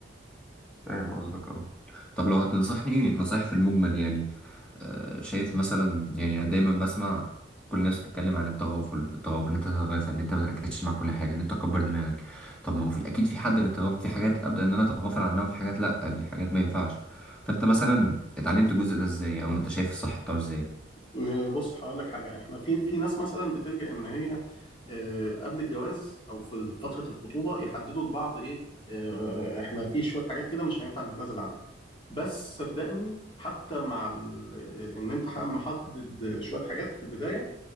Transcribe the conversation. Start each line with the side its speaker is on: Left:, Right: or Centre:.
Centre: فاهم قصدك اه طب لو هتنصحني نصايح في المجمل يعني آه، شايف مثلا يعني دايما بسمع كل الناس تتكلم عن التغافل التغافل ان انت تتغافل ان انت ما تركزش مع كل حاجه ان انت تكبر دماغك طب ما هو في اكيد في حد للتغافل في حاجات ابدا ان انا اتغافل عنها وفي حاجات لا دي حاجات ما ينفعش فانت مثلا اتعلمت الجزء ده ازاي او انت شايف الصح بتاعه ازاي
Left: آه، بص هقول لك حاجة احنا في في ناس مثلا بتلجأ ان هي آه، قبل الجواز او في فتره الخطوبه يحددوا لبعض ايه آه، احنا في شويه حاجات كده مش هينفع نتنازل عنها بس صدقني حتى مع ال- ان انت ح- محدد شويه حاجات في البدايه